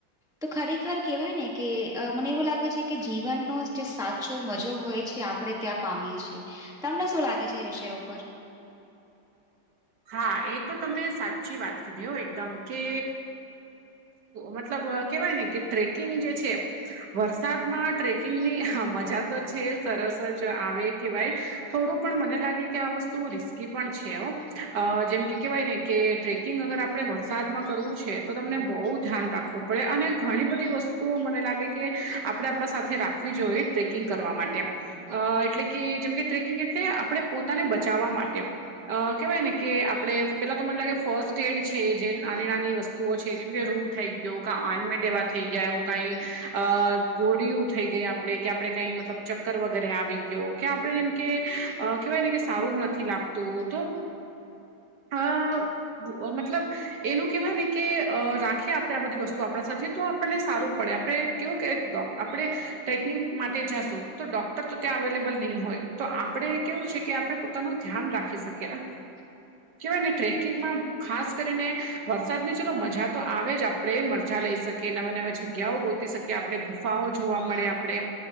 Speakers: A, in the centre; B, on the right.
A: તો ખરેખર કેવાય ને કે મને એવું લાગે છે કે જીવનનો જે સાચો મજો હોય છે આપણે ત્યાં પામીએ છીએ. તમને શું લાગે છે એ વિષય ઉપર
B: હા એ તો તમે સાચી વાત કીધી હો એકદમ કે મતલબ કેવાય ને કે ટ્રેકિંગ જે છે. વરસાદમાં ટ્રેકિંગની મજા તો છે સરસ જ આવે કેહેવાય થોડું પણ મને લાગે કે આ વસ્તુ રિસ્કી પણ છે, હો. અ જેમ કે કહેવાય ને કે ટ્રેકિંગ અગર આપણે વરસાદમાં કરવું છે તો તમને બહુ ધ્યાન રાખું પડે અને ઘણી બધી વસ્તુઓ મને લાગે કે આપણે આપણા સાથે રાખવી જોઈએ ટ્રેકિંગ કરવા માટે અ એટલે કે જેમ કે ટ્રેકિંગ એટલે આપણે પોતાને બચાવવા માટે કેહેવાય ને કે આપડે પેલા તો મને લાગે ફર્સ્ટ એડ છે જે નાની નાની વસ્તુઓ છે જેમ કે રૂત થઈ ગયું ક ઓનમેટ એવા થઈ ગયા એું કઈ અ ગોળી થઈ ગઈ આપડે કે આપડે કઈ મતલબ ચક્કર વગેરે આવી ગયો કે આપડણે જેમ કે અ કવાય ને કે સારું નથી લાગતું તો હવ. મતલબ એનું કેહેવાય ને કે રાખીએ આપણે આ બધી વસ્તુ આપણા સાથે તો આપણને સારું પડે આપણે કેવું કે આપણે ટ્રેકિંગ માટે જાશું તો ડોક્ટર તો ત્યાં અવેલેબલ નહીં હોય. તો આપડણે કેવું છે કે આપડણે પોતાનું ધ્યાન રાખી શકીએ અને કહેવાય ને ટ્રેકિંગમાં ખાસ કરીને વરસાદ ની ચલો મજા તો આવે જ આપણેે મજા લઈ શકીએ કે નવા નવા જગ્યાઓ ગોતી શકીએ આપણે ગુફાઓ જોવા મળે આપણે